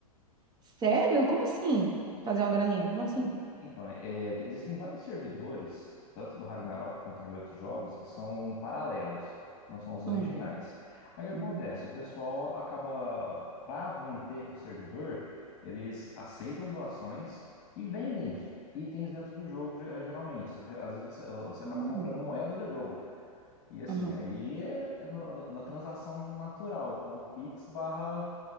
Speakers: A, on the right; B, on the left.
A: Sério? Como assim? Fazer uma graninha? Como assim?
B: Então, é- é, existem vários servidores, tanto do Ragnarok quanto de outros jogos, que são paralelos, não são os originais.
A: Hum.
B: Aí o que
A: Hum.
B: acontece? O pessoal acaba, para manter o servidor, eles aceitam doações e vendem itens dentro do jogo, ge- geralmente. Só que às vezes você, você acaba
A: Hum.
B: comprando a moeda do jogo. E assim,
A: Uhum.
B: aí é, é no- na transação natural, com o Pix barra,